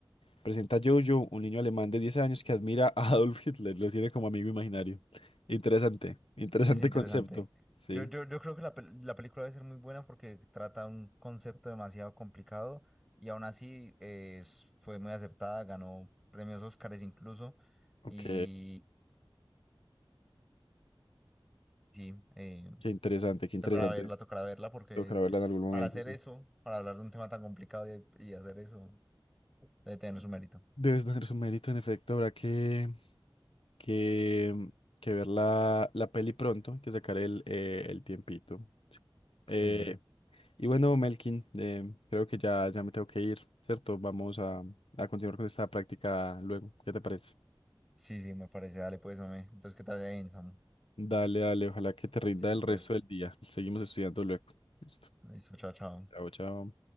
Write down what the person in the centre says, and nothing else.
Es interesante.
Yo, yo, yo creo que la, pel- la película debe ser muy buena porque trata un concepto demasiado complicado y aún así eh, es- fue muy aceptada, ganó premios Óscares incluso.
Y sí, eh,
tocará verla, tocará verla porque
para hacer
eso, para hablar de un tema tan complicado y, y hacer eso, debe tener su mérito.
Sí, sí.
Sí, sí, me parece. Dale, pues, hombre. Entonces, ¿qué tal ahí, Samu?
Listo,
pues.
Listo, chao, chao.